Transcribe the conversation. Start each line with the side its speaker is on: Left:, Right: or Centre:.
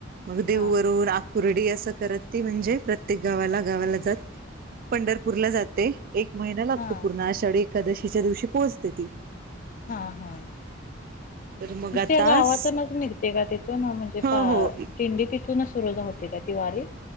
Right: मग देववरून
Left: हा
Right: आकुर्डी असं करत ति म्हणजे प्रत्येक गावा गावाला जात. पंढरपूरला जाते. एक महिना लागतो
Left: हा
Right: पूर्ण अशाढी एकादशीच्या दिवशी पोहचते ती.
Left: हा हा
Right: तर मग आतास
Left: त्या गावातच निघते का तिथून म्हणजे
Right: हो
Left: पाई
Right: हो
Left: दिंडी तिथूनच सुरू का ति वारी.